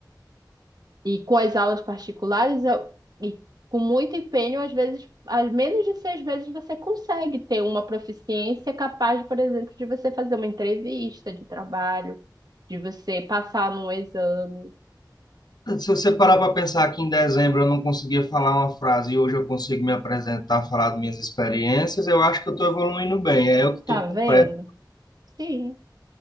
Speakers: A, on the right; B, on the left.
A: e com as aulas particulares, eu- e com muito empenho, às vezes, às menos de seis meses, você consegue ter uma proficiência capaz, por exemplo, de você fazer uma entrevista de trabalho, de você passar num exame.
B: se você parar para pensar que em dezembro eu não conseguia falar uma frase e hoje eu consigo me apresentar, falar das minhas experiências, eu acho que eu estou evoluindo bem. É eu que estou
A: Tá
B: com
A: vendo?
B: pressa,
A: Sim.